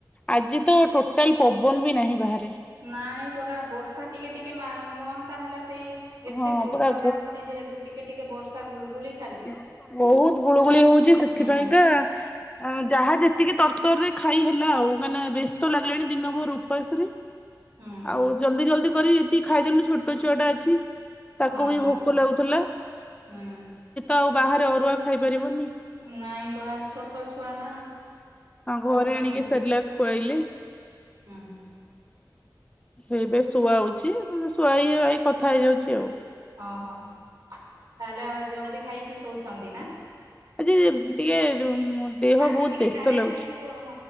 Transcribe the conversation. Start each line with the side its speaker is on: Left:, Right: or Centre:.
Left: ଆଜି ତ ଟୋଟାଲ ପ ବନ ବି ନାହିଁ ବାହାରେ।
Right: ନାଇଁ ପରା ବର୍ଷା ଟିକେ ଟିକେ ବା ହୁଅନ୍ତା ହେଲେ ସେ ତି ଏତେ
Left: ହଁ
Right: ଉ-ଉ
Left: ପୁରା
Right: ଖରା ହଉଛି ଯେହେତୁ ଟିକେ ଟିକେ ବର୍ଷା ଗୁଳୁଗୁଳି
Left: ଉ ବହୁତ ଗୁଳୁଗୁଳି ହଉଛି ସେଥିପାଇଁକା
Right: ହୁଁ
Left: ଆଉ ଯାହା ଯେତିକି ତରତର ରେ ଖାଇ ହେଲା ଆଉ। ମାନେ ବ୍ୟସ୍ତ ଲାଗିଲାଣି ଦିନ ଭୋର ଉପାସରେ।
Right: ହୁଁ
Left: ଆଉ ଜଲଦି ଜଲଦି କରି ଏତିକି ଖାଇଦେଲୁ ଛୋଟ ଛୁଆଟା ଅଛି। ତାକୁ
Right: ହଁ
Left: ବି
Right: ହଁ
Left: ଭୋକ ଲାଗୁଥିଲା।
Right: ହୁଁ
Left: ଆଉ ବାହାରେ ଅରୁଆ ଖାଇ ପାରିବନି।
Right: ନାଇଁ ପରା ଛୋଟ ଛୁଆ ନା ଖାଉନାହାନ୍ତି।
Left: ଘରେ ଆଣିକି ସେରେଲାକ ଖୁଆଇଲେ
Right: ହୁଁ ହୁଁ।
Left: ଏବେ ଶୁଆଉଛି ଶୁଆ ହେଇ ଆଇ କଥା ହେଇଯାଉଛି ଆଉ।
Right: ହଁ ହଁ, ତାହେଲେ ଜଲଦି ଖାଇକି ଶୋଉଛନ୍ତି ନା?
Left: ଆଜି ଟିକେ ଅମ୍ ଦେହ
Right: ଆଜି
Left: ବହୁତ
Right: ଟିକେ
Left: ବ୍ୟସ୍ତ
Right: ଟାୟାର୍ଡ
Left: ଲାଗୁଛି।
Right: ହେଇକି ହଁ